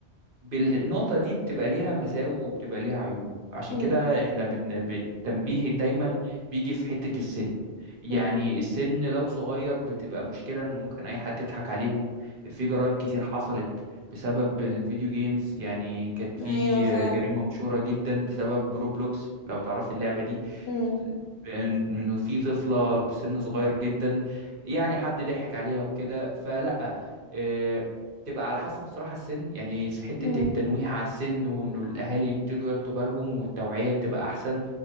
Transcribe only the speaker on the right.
بالنقطة دي بتبقى ليها مساوئ وبتبقى ليها عيوب عشان
كده احنا بن... بالتنبيه دايما بيجي في حتة السن يعني
السن لو صغير بتبقى مشكلة انه ممكن اي حد يضحك عليهم في جرائم كتير حصلت بسبب الفيديو جيمز يعني كانت في
جريمة مشهورة جدا بسبب روبلوكس لو تعرف اللعبة دي
بن- انه في طفلة بسن صغير جدا يعني حد ضحك عليها وكده فلا آه، تبقى على حسب صراحة السن يعني حتة
التنويه على السن وإنه الأهالي يبتدوا ياخدوا بالهم والتوعية بتبقى أحسن